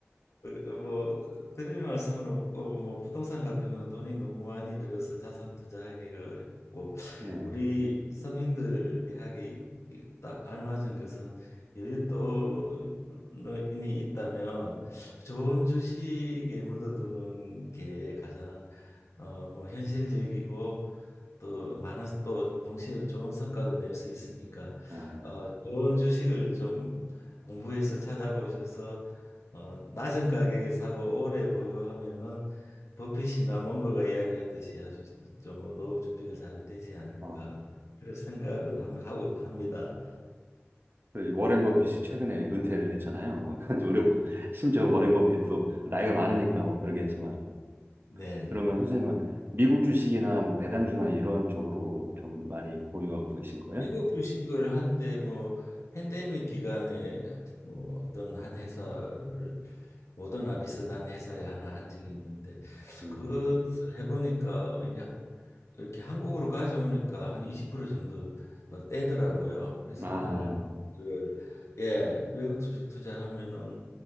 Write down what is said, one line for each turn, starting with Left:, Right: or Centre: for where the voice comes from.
Left: 어, 뭐 드릴 말씀은 없고 뭐 부동산 같은 거는 돈이 너무 많이 들어서 자산 투자하기가 어렵고
Right: 네.
Left: 우리 서민들이 하기 딱 알맞은 것은 여윳돈이 있다면 좋은 주식에 묻어두는 게 가장 어, 뭐 현실적이고 또 많은 또 동시에 좋은 성과도 낼 수 있으니까
Right: 아,
Left: 어, 좋은 주식을 좀 공부해서 찾아보셔서 어, 낮은 가격에 사고 오래 보유하면은 버핏이나 멍거가 이야기하듯이 아주 좀 노후 준비가 잘 되지 않을까
Right: 어,
Left: 그런 생각은 함- 하고 합니다.
Right: 그 워렌 버핏이 최근에 은퇴를 했잖아요. <laughs> 우리 심지어 워렌 버핏도 나이가 많으니까 뭐 그러겠지만
Left: 네.
Right: 그러면 선생님은 미국 주식이나 뭐 배당주나 이런 쪽으로 좀 많이 보유하고 계신 거예요?
Left: 미국 주식을 한때 뭐 팬데믹 기간에 뭐 어떤 한 회사를 모더나 비슷한 회사에 하나 한 적이 있는데
Right: 음.
Left: 그것을 해보니까 이게 이렇게 한국으로 가져오니까 한 20% 정도 어, 떼더라고요. 그래서
Right: 아,
Left: 별, 별, 예, 외국 주식 투자하면은